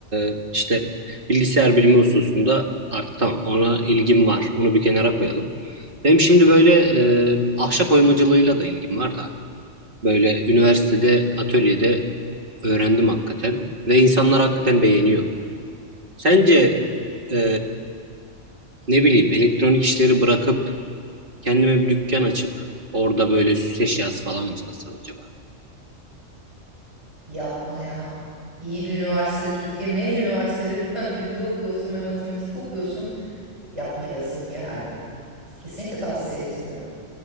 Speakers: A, on the right (about 45°); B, on the right (about 25°).
A: e, işte bilgisayar bilimi hususunda artık tamam ona ilgim var. Onu bir kenara koyalım. Benim şimdi böyle e, ahşap oymacılığıyla da ilgim var da böyle üniversitede atölyede öğrendim hakikaten ve insanlar hakikaten beğeniyor. Sence e, ne bileyim elektronik işleri bırakıp Kendime bir dükkan açıp orada böyle süs eşyası falan mı satsam acaba?
B: Yapma ya. İyi bir üniversitede, Türkiye'nin en iyi üniversitelerinden <laughs> birinde okuyorsun ve matematik okuyorsun. Yapma yazık yani. Kesinlikle tavsiye etmiyorum.